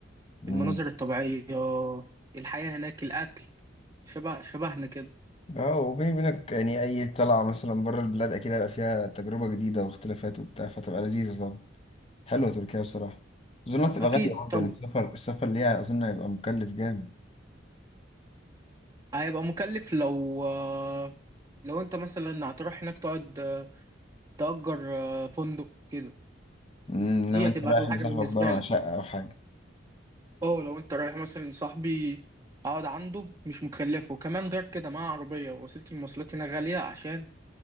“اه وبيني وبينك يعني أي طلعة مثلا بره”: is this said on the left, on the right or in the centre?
Left